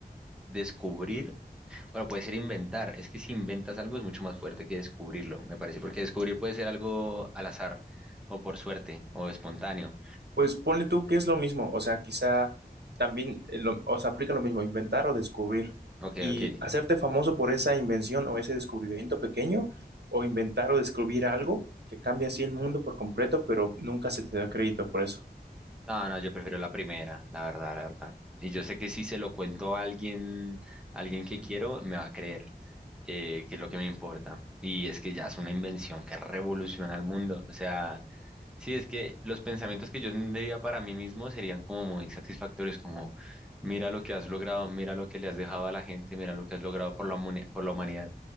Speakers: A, in the centre; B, on the right.
A: descubrir, bueno, puede ser inventar, es que si inventas algo es mucho más fuerte que descubrirlo, me parece, porque descubrir puede ser algo al azar, o por suerte, o espontáneo.
B: Pues ponle tú que es lo mismo, o sea, quizá también, eh, lo- o sea, aplica lo mismo, inventar o descubrir
A: Ok,
B: y
A: ok.
B: hacerte famoso por esa invención o ese descubrimiento pequeño, o inventar o descubrir algo que cambia así el mundo por completo, pero nunca se te da crédito por eso.
A: No, no, yo prefiero la primera, la verdad, la verdad. Y yo sé que si se lo cuento a alguien, a alguien que quiero, me va a creer. eh, que es lo que me importa. Y es que ya es una invención que revoluciona el mundo. O sea, sí, es que los pensamientos que yo tendría para mí mismo serían como muy satisfactorios, como mira lo que has logrado, mira lo que le has dejado a la gente, mira lo que has logrado por la, humani- por la humanidad.